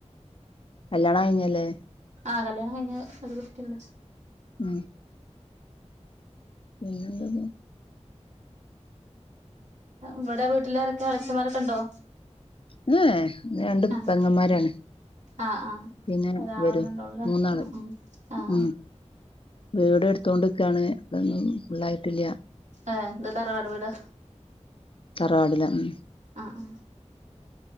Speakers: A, on the left; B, on the right.
A: കല്യാണം കഴിഞ്ഞല്ലേ
B: ആ കല്യാണം കഴിഞ്ഞ അള കുട്ടിണ്ട്
A: ആ പിന്നന്ത
B: ഇവിടെ വീട്ടിലാരൊക്കെ അളച്ചന്മാരൊക്കെ ഉണ്ടോ
A: <unintelligible>
B: ആഹ
A: പെങ്ങന്മാരാണ്
B: ആഹ ആഹ്
A: പിന്നെ
B: ഒരാള
A: ഇവരും
B: രണ്ട ഉള്ളേ
A: മൂന്നാള്
B: മ് മ് ആഹ
A: ഉം വീട് എടുത്തോണ്ടിക്കയാണ് അതൊന്നും ഫുള്ളായിട്ടില്ല
B: ആഹ എന്താ തറവാട് വീടാ
A: തറവാടില മ്
B: ആ ആ